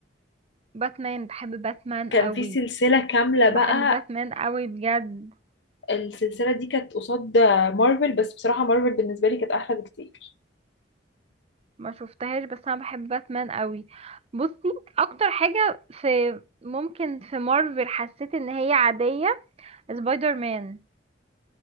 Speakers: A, on the right (about 35°); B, on the left (about 70°).
A: باتمان بحب باتمان
B: كان
A: قوي
B: في سلسله كامله بقى
A: بحب باتمان قوي بجد
B: السلسله دي كانت قصاد مارفل بس بصراحه مارفل بالنسبه لي كانت احلى بكتير
A: ما شفتهاش بس انا بحب باتمان قوي بصي اكتر حاجه في ممكن في مارفل حسيت ان هي عاديه سبايدر مان